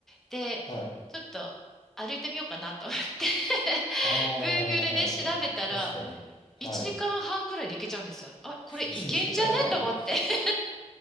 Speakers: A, in the centre; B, on the left.
A: で、
B: はい。
A: ちょっと歩いてみようかなと思って <laughs>
B: ああ、
A: Google で調べたら、
B: 確かに。はい。
A: 1時間半ぐらいで行けちゃうんですよ。あ、これ行けんじゃねと思って、
B: <laughs> 1時間半。
A: <laughs>